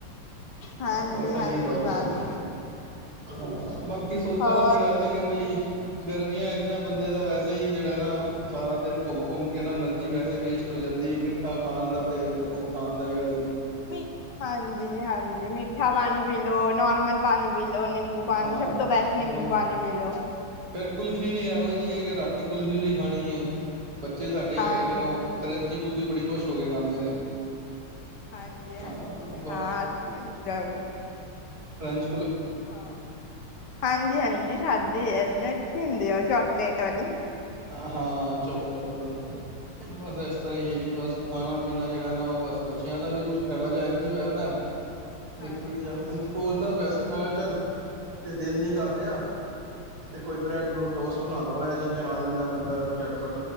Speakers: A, on the left (about 65°); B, on the right (about 55°).
A: ਹਾਂਜੀ
B: ਬਸ ਇਹੀ
A: ਹਾਂਜੀ
B: ਗੱਲ ਆਗੀਈ
A: ਬਸ
B: ਹਾਂ, ਬਾਕ ਕੀ ਸੋਚਣ
A: ਹੋਰ
B: ਆਲੀ ਗੱਲ ਏ, ਕਿ ਬਈ ਗਰਮੀਆਂ ਇਚ ਨਾ ਬੰਦੇ ਦਾ ਵੈਸੇ ਈ ਜੇੜਾ ਨਾ, ਸਾਰਾ ਦਿਨ ਘੁੰਮ -ਘੁੰਮ ਕੇ ਨਾ ਐਨਰਜੀ ਵੈਸੇ ਵੇਸਟ ਹੋ ਜਾਂਦੀ ਏ। ਮਿੱਠਾ ਖਾਣ ਦਾ ਤੇਣ ਓ ਆਂਦੈ ਜੇੜਾ
A: ਮੀ ਹਾਂਜੀ ਹਾਂਜੀ, ਮਿੱਠਾ ਪਾਣੀ ਪੀ ਲੋ, ਨੋਰਮਲ ਪਾਣੀ ਪੀ ਲੋੋ, ਨਿੰਬੂ ਪਾਣੀ
B: ਹਾਂ
A: ਸਭ ਤੋਂ ਬੈਸਟ ਨਿੰਬੂ
B: ਬਸ
A: ਪਾਣੀ ਪੀ ਲੋੋ।
B: ਫੇਰ ਕੁਲਫੀ ਵੀ ਐਹੋ ਜੀ ਏ ਕਿ, ਰਾਤੀ ਕੁਲਫ਼ੀ ਵੀ ਖਾਣੀ ਏ। ਬੱਚੇ ਸਾਡੇ
A: ਹਾਂਜੀ
B: ਹੈਗੇ ਨੇ, ਓਹ ਕਰੰਚੀ ਕੁਲਫ਼ੀ ਬੜੀ ਖੋਸ਼ ਹੋ ਕੇ ਖਾਂਦੇ ਨੇ।
A: ਹਾਂਜੀ
B: ਹਾਂ
A: ਹਾਂਜੀ, ਹਾਂ ਅੱਛੀ ਅੰਦਜਾਵੀ
B: ਪੰੰਚ
A: ਹਾਂ, ਹਾਂਜੀ -ਹਾਂਜੀ ਖਾਦੀ ਏ ਏਸਨੇ। ਖੀਂਦੇ ਐ ਜਾ ਅਪਲੇਟਾ ਦੀ।
B: ਅ ਹਾਂ, ਚੋਕਲੇਟ ਵਾਲੀ ਬਸ ਏਸ ਤਰ੍ਹਾਂ ਈ ਏ ਜੀ, ਬਸ ਖਾਣਾ ਪੀਣਾ ਜੇੜਾ ਨਾ ਓਹ, ਬਸ ਬੱਚਿਆਂ ਦਾ ਵੀ ਕੁਛ ਥੋੜਾ ਜਾ ਏੰਝ ਈ ਹੋਯੈ ਦੈ। ਲਿਕਵਿਡ
A: ਹਾਂਜੀ
B: ਜਾਂ ਹੁਣ ਸੋਚਦਾ ਪਿਆ ਸੀ ਮੈਂ ਕਿਆ ਚੱਲ ਤੇ ਦਿਲ ਨੀ ਕਰ ਰਿਆ, ਤੇ ਕੋਈ ਬਰੈਡ ਬਰੂਡ ਟੋਸਟ ਬਣਾ ਲੋ, ਐ ਚੀਜ਼ਾਂ ਆਣ ਐ ਬੰਦਾ ਚਟਪੱਟ